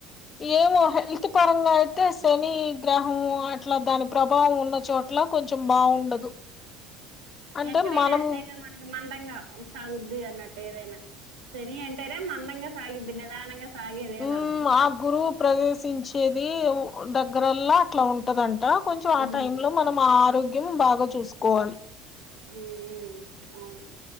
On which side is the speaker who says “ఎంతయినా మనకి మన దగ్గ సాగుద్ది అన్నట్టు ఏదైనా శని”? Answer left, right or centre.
Right